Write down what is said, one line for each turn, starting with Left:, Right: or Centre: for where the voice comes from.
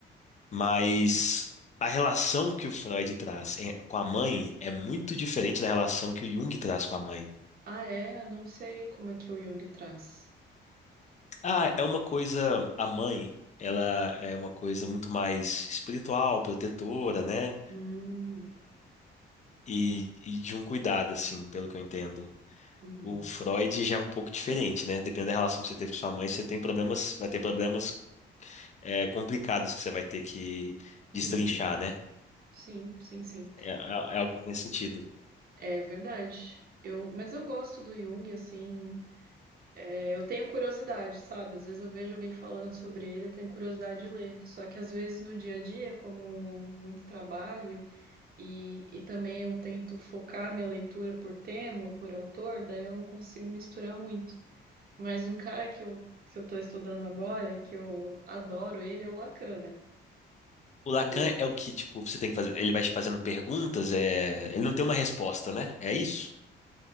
Left: Mas
Right: uhum.
Left: a relação que o Freud traz em- com a mãe é muito diferente da relação que o Jung traz com a mãe.
Right: Ah, é? Eu Não sei como é que o Jung traz.
Left: Ah, é uma coisa, a mãe, ela é uma coisa muito mais espiritual, protetora, né?
Right: Hum,
Left: E, e de um cuidado, assim, pelo que eu entendo.
Right: uhum,
Left: O Freud já é um pouco diferente, né? Dependendo da relação que você teve com sua mãe, você tem problemas, vai ter problemas, é, complicados que você vai ter que destrinchar,
Right: uhum.
Left: né?
Right: Sim, sim, sim.
Left: É, é é algo nesse sentido.
Right: É verdade. Eu, mas eu gosto do Jung, assim, é, eu tenho curiosidade, sabe? Às vezes eu vejo alguém falando sobre ele, eu tenho curiosidade de ler. Só que às vezes no dia a dia, como muito trabalho e, e também eu tento focar minha leitura por tema ou por autor, daí eu não consigo misturar muito. Mas um cara que eu, que eu tô estudando agora, que eu adoro ele, é o Lacan, né?
Left: O Lacan
Right: Eu
Left: é o que, tipo, você tem que fazer. Ele vai te fazendo perguntas, é... ele não tem uma resposta, né? É isso?